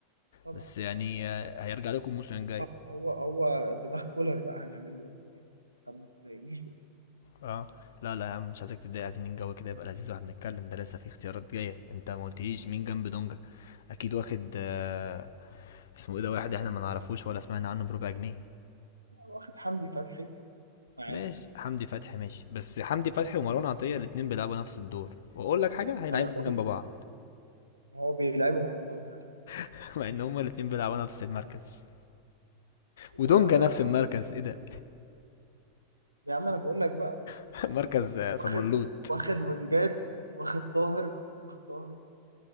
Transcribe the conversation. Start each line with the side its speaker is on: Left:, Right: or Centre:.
Right: طبعا
Left: بس يعني آه، هيرجع لكم الموسم الجاي
Right: آه، هو هو دماغ كولر بقى هنعمل له أمه إيه طب ما تضايقنيش بقى
Left: اه لا لا يا عم مش عايزك تتضايق عايزين الجو كده يبقى لذيذ واحنا بنتكلم ده لسه في اختيارات جايه انت ما قلتليش مين جنب دونجا اكيد واخد آه اسمه ايه ده واحد احنا ما نعرفوش ولا سمعنا عنه بربع جنيه
Right: هو واخد حمدي فتحي معاه
Left: ماشي حمدي فتحي ماشي بس حمدي فتحي ومروان عطية الاتنين بيلعبوا نفس الدور واقول لك حاجة هيلعبهم
Right: ما أنا بقول
Left: جنب بعض
Right: هو بيلعبهم جنبها فعلا
Left: <laughs> مع ان هما الاتنين بيلعبوا نفس المركز
Right: و
Left: ودونجا نفس المركز ايه ده
Right: يا عم أنا بقول لك بقى
Left: <laughs> مركز آه، صمنلوط
Right: واخد واخد وينجات واخد طاهر كان واخد طاهر